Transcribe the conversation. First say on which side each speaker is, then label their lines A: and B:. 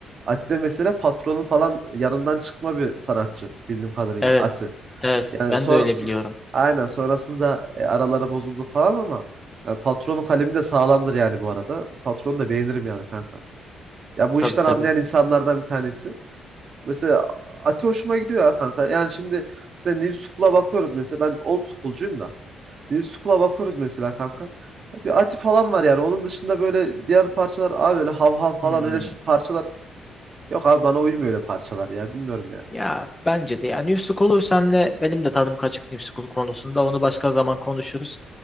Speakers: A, on the right; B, on the left.
A: Ati de mesela patronun falan yanından çıkma bir sanatçı bildiğim kadarıyla
B: Evet.
A: Ati.
B: Evet.
A: Yani
B: Ben
A: sonra
B: de öyle
A: so-
B: biliyorum.
A: aynen sonrasında e, araları bozuldu falan ama e, patronun kalemi de sağlamdır yani bu arada. Patronu da beğenirim yani kanka. Ya bu
B: Tabii
A: işten
B: tabii.
A: anlayan insanlardan bir tanesi. Mesela Ati hoşuma gidiyor ya kanka. Yani şimdi mesela New School'a bakıyoruz mesela. Ben old school'cuyum da. New School'a bakıyoruz mesela kanka. Ya Bir Ati falan var yani. Onun dışında böyle diğer parçalar abi öyle hav hav falan
B: Hmm.
A: öyle ş- parçalar. Yok abi bana uymuyor öyle parçalar ya. Bilmiyorum yani.
B: Ya bence de yani New School'u senle benim de tadım kaçık New School konusunda onu başka zaman konuşuruz.